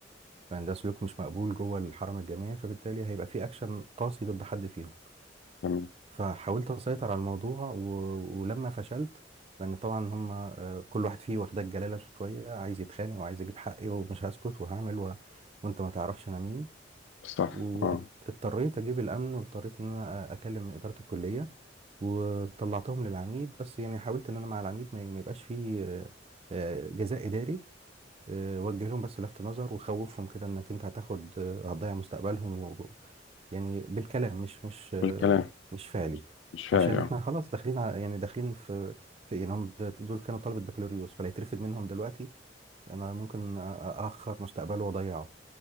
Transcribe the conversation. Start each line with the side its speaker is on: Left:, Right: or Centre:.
Right: لان ده سلوك مش مقبول جوه الحرم الجامعي فبالتالي هيبقى في اكشن قاسي ضد حد فيهم
Left: تمام
Right: فحاولت اسيطر على الموضوع و... ولما فشلت لان طبعا هم آه، كل واحد فيه واخدك جلاله شويه عايز يتخانق وعايز اجيب حقي ومش هسكت وهعمل و... وانت ما تعرفش انا مين
Left: صح
Right: واضطريت
Left: اه
Right: اجيب الامن واضطريت ان انا أ- اكلم اداره الكليه وطلعتهم للعميد بس يعني حاولت ان انا مع العميد ما ما يبقاش فيه آه، آه، جزاء اداري آه، وجه لهم بس لفت نظر وخوفهم كده انك انت هتاخد آه، هتضيع مستقبلهم و... يعني بالكلام مش مش آه،
Left: بالكلام
Right: مش فعلي
Left: مش فعلي
Right: عشان
Left: اه
Right: احنا خلاص داخلين على يعني داخلين في في إيه، يعني هم د- دول كانوا طلبة بكالوريوس فلا يترفد منهم دلوقتي انا ممكن أ- أ- اخر مستقبله واضيعه